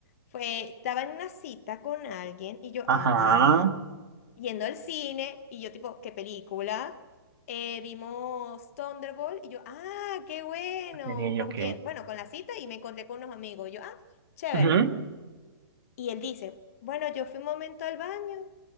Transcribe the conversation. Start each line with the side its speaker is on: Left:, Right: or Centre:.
Left: Fue, estaba en una cita con alguien y yo,
Right: ajá.
Left: ajá, yendo al cine y yo tipo, ¿qué película? Eh, vimos Thunderbolt y yo, ah, qué bueno.
Right: Sí,
Left: ¿Con
Right: ok.
Left: quién? Bueno, con la cita y me encontré con unos amigos. Y yo, ah, chévere.
Right: Ujú.
Left: Y él dice, bueno, yo fui un momento al baño